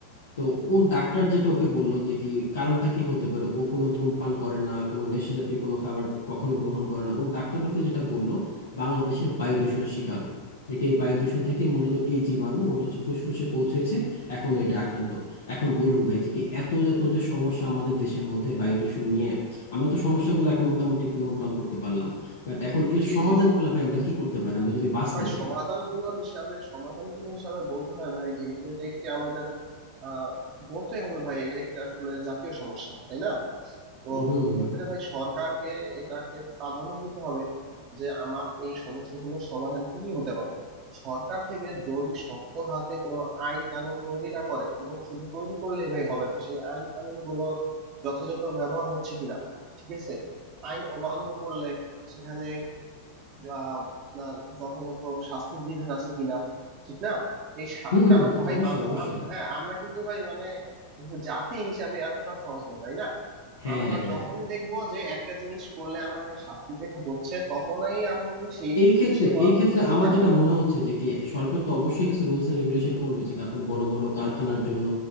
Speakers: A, on the left (about 65°); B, on the right (about 40°).
A: তো ওর ডাক্তার যেটা ওকে বললো যে কি কারণটা কি হতে পারে ও কোনো ধূমপান করে না কোনো নেশাজাতীয় কোনো খাবার কখনো গ্রহণ করে না ওর ডাক্তার ওকে যেটা বললো বাংলাদেশের বায়ু দূষণের শিকারও যে কি এই বায়ু দূষণ থেকে মূলত এই জীবাণু ওর হচ্ছে ফুসফুসে পৌঁছেছে এখনো এটা আক্রান্ত এখন বলুন ভাই যে কি এত এত যে সমস্যা আমাদের দেশের মধ্যে বায়ু দূষণ নিয়ে আমরা তো সমস্যাগুলো এখন মোটামুটি নোট ডাউন করতে পারলাম বাট এখন এর
B: জি
A: সমাধানগুলো
B: জি জি
A: ভাই আমরা কি করতে পারি আমরা যদি বাঁচতে
B: ভাই
A: চাই
B: সমাধানগুলোর হিসাবে সমাধানগুলো হিসাবে বলতে হয় ভাই যেহেতু এটা একটি আমাদের আহ বলতে হবে ভাই এটা একটা আসলে জাতীয় সমস্যা তাই না তো
A: হুম হুম
B: এক্ষেত্রে
A: হুম
B: ভাই সরকারকে এটাকে প্রাধান্য দিতে হবে যে আমার এই সমস্যাগুলোর সমাধান কি কি হতে পারে সরকার থেকে যদি শক্ত হাতে কোনো আইন কানুন তৈরি না করে এবং শুধু তৈরি করলে ভাই হবে না সেই আইন কানুন গুলোর যথাযথ ব্যবহার হচ্ছে কিনা ঠিক আছে আইন অমান্য করলে সেখানে আহ, আপনার যথাযথ শাস্তির বিধান আছে কিনা ঠিক না এই সা-
A: হুম হুম,
B: কারণ ভাই
A: অবশ্যই
B: মানুষ
A: অবশ্যই
B: আম- হ্যাঁ আমরা কিন্তু ভাই মানে জাতি হিসাবে এতটা সহজ না তাই না
A: হ্যাঁ
B: আমরা
A: হ্যাঁ
B: যখনই দেখবো যে একটা জিনিস করলে আমাকে শাস্তি পেতে হচ্ছে তখনই আমি সেই
A: এই ক্ষেত্রে
B: জিনিসটা করা
A: এই
B: থেকে
A: ক্ষেত্রে
B: বিরত
A: আমার
B: থাকবো
A: যেটা মনে হচ্ছে যে কি সরকার তো অবশ্যই কিছু রুলস এন্ড রেগুলেশন করবে যে কি আপনার বড় বড় কারখানার জন্য